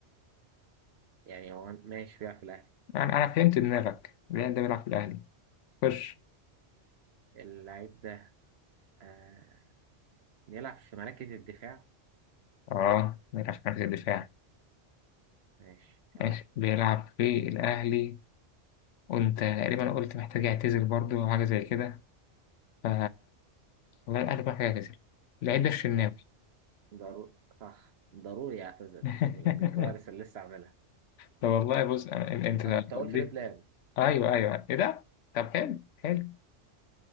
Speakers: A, on the right; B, on the left.
A: يعني هو ماشي بيلعب في الاهلي
B: أنا أنا فهمت دماغك اللاعب ده بيلعب في الأهلي خش
A: اللعيب ده آه بيلعب في مراكز الدفاع
B: آه بيلعب في مركز الدفاع
A: ماشي يعني
B: ماشي بيلعب في الأهلي وأنت تقريبا قلت محتاج يعتزل برضه أو حاجة زي كده ف والله الأهلي محتاج يعتزل اللعيب ده الشناوي
A: ض- ضروري صح ضروري اعتذر
B: <laughs>
A: يعني بالكوارث اللي لسه عاملها
B: طب والله بص أنا- انت
A: انا كنت
B: وديتني
A: هقول في لبنان
B: ايوه ايوه ايه ده طب حلو حلو